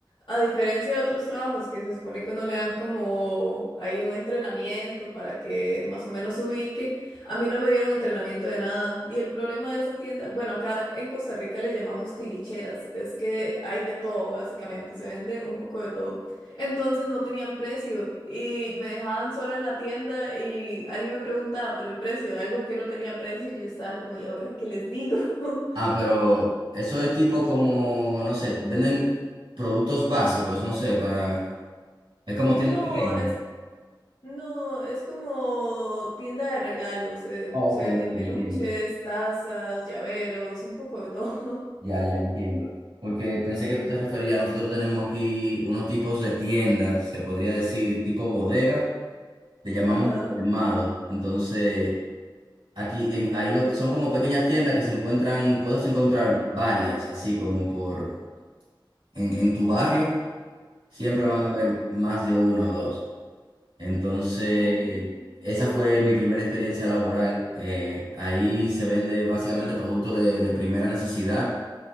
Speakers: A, on the left; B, on the right.
A: a diferencia de otros trabajos que se supone que uno le dan como hay un entrenamiento para que más o menos se ubique, a mí no me dieron entrenamiento de nada. Y el problema de esa tienda, bueno, acá en Costa Rica le llamamos tilicheras, es que hay de todo, básicamente, se vende un poco de todo. Entonces no tenían precio y me dejaban sola en la tienda y alguien me preguntaba por el precio de algo que no tenía precio y yo estaba como, ¿y ahora qué les digo? <laughs>
B: Ah, pero eso es tipo como, no sé, venden productos básicos, no sé, para... Es como
A: No,
B: tienda pequeña.
A: es, no, es como tienda de regalos. eh,
B: Oh,
A: se
B: ok,
A: venden
B: ok, entiendo.
A: peluches, tazas, llaveros, un poco de todo.
B: Ya, ya, entiendo. Porque pensé que tú te referías, nosotros tenemos aquí unos tipos de tiendas, se podría decir tipo bodega, le llamamos
A: <laughs> Ajá.
B: colmado. Entonces, aquí en, ahí lo, son como pequeñas tiendas que se encuentran, puedes encontrar varias, así como por en, en tu barrio, siempre
A: ujú,
B: van a haber más de una o dos. Entonces,
A: Oh,
B: esa
A: ok.
B: fue mi primera experiencia laboral. Eh, ahí se vende básicamente productos de, de primera necesidad.